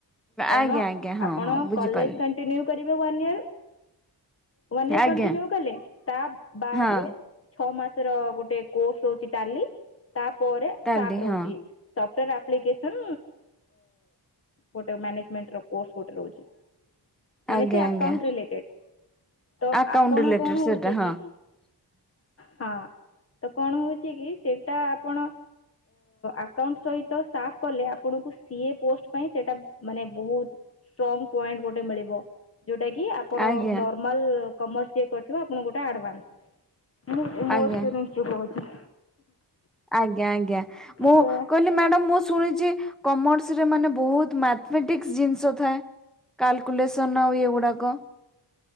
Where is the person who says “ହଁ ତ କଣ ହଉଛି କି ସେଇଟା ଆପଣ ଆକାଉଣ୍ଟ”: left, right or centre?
Left